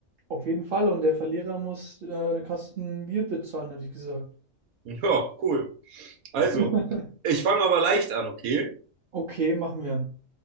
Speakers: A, on the right; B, on the right.
A: Auf jeden Fall. Und der Verlierer muss äh, eine Kasten Bier bezahlen, hätte ich gesagt.
B: Ja, cool. Also,
A: <laughs>
B: ich fange aber leicht an, okay?
A: Okay, machen wir.